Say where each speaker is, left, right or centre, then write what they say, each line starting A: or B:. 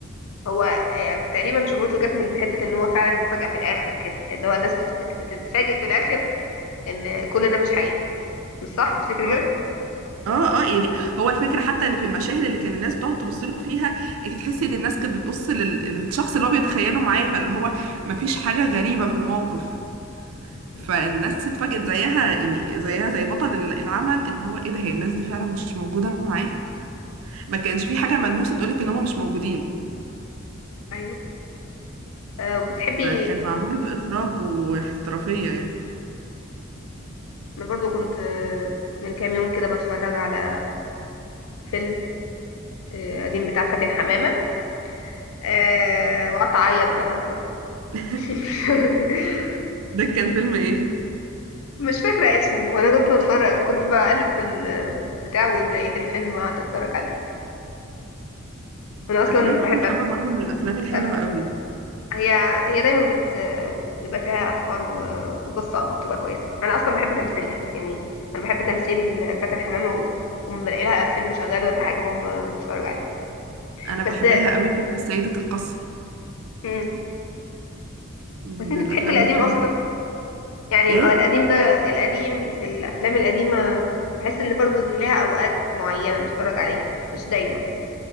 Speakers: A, on the left (about 80°); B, on the right (about 75°).
A: هو آه، تقريبا شهرته جت من حته ان هو فعلا مفاجاه في الاخر كده ان هو الناس بتفتك... بتتفاجئ في الاخر ان كل ده مش حقيقي مش صح تفتكري
B: اه
A: كده
B: اه اه يعني هو الفكره حتى ان في المشاهد اللي كان الناس بتقعد تبص له فيها انت تحسي ان الناس كانت بتبص لل- للشخص اللي هو بيتخيله معاه فاللي هو مفيش حاجه غريبه في الموقف
A: مهم.
B: فالناس اتفاجئت زيها يعني زيها زي بطل ال- العمل ان هو ايه ده هي الناس دي فعلا مش موجوده معاه ما كانش في حاجه ملموسه تقولك ان هم مش موجودين
A: ايوه آه، بتحبي
B: فكان معمول باخراج واحترافيه يعني
A: انا برضو كنت آه، من كام يوم كده بتفرج على فيلم آه، قديم بتاع فاتن حمامة آه، وقعدت أعيط بقى وكده
B: <laughs>
A: <laughs>
B: ده كان فيلم ايه
A: مش فاكرة اسمه وأنا كنت بتفرج كنت بقلب في البتاع ولقيت الفيلم وقعدت أتفرج عليه أنا أصلا
B: افلام فاتن
A: بحب أف...
B: حمامه برضو من الافلام الحلوه
A: أف-
B: قوي
A: هي هي دايما بت بيبقى فيها أفكار و... وقصة بتبقى كويسة أنا أصلا بحب تمثيلها يعني أنا بحب تمثيل فاتن حمامة و... وما بلاقي لها فيلم شغال ولا حاجة بقوم بتفرج عليه
B: انا بحب
A: بس
B: لها قوي فيلم سيده القصر
A: مم.
B: من
A: بس أنت
B: الافلام
A: بتحبي القديم
B: الحلوه
A: أصلا يعني
B: ايه
A: هو القديم ده القديم الافلام القديمه بحس ان برضو ان ليها اوقات معينه نتفرج عليها مش دايما